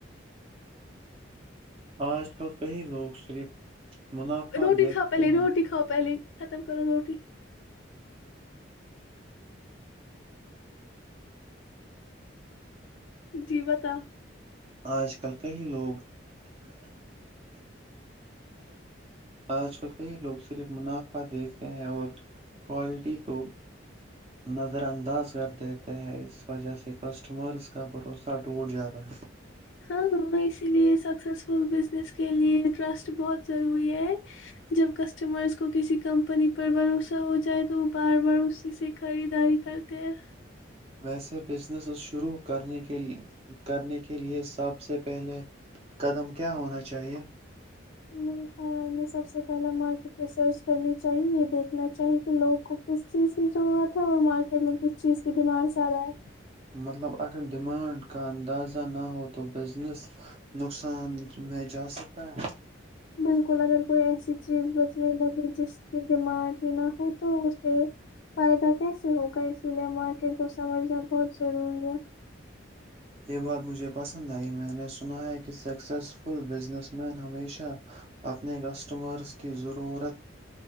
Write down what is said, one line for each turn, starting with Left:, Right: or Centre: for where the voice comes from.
Right: آج کل کئی لوگ صرف منافع
Left: روٹی
Right: دیکھتے
Left: کا پہ لی
Right: ہیں
Left: روٹی کا پہلی ختم کرو روٹی جی بتاؤ
Right: آج کل کئی لوگ آج کل کئی لوگ صرف منافع دیکھتے ہیں اور کوالٹی کو نظر انداز کر دیتے ہیں اس وجہ سے کسٹمرس کا بھروسہ ٹوٹ جاتا ہے
Left: ہاں ہاں اسی لیے سکسسفل کے لیے ٹرسٹ بہت ضروری ہے جب کسٹمرس کو کسی کمپنی پر بھروسہ ہو چاہے تو وہ بار بار اس سےیک خریداری کرتے ہیں
Right: ویسے بزنس شروع کرنے کے کرنے کے لیے سب سے پہلے قدم کیا ہونا چاہیے
Left: میرے خیال میں سب سے پہلاے مارکیٹ ریسرچ کرنی چاہی یہ دیکھنا چاہی کہ لوگوں کو کس چیز کی ضرورت ہے اور مارکیٹ میں کس چیز کی بیمانڈ زیادہ ہے
Right: مطلب اگر ڈیمانڈ کا اندازہ نہ ہو تو بزنس نقصان میں جاسکتا ہے
Left: بالکل اگر کوئی ایسی چیز بچنے لگے جس کے دماغ ہی نہ ہو تو اسے فائدہ کیسے ہوگا اسی لیے مارکیٹ کو سمجھنا بہت ضروری ہے
Right: ہے یہ بات مجھے پسند آئی میں نے سنا ہے کہ سکسیزفل بزنس مین ہمیشہ اپنے کسٹمرس کی ضرورت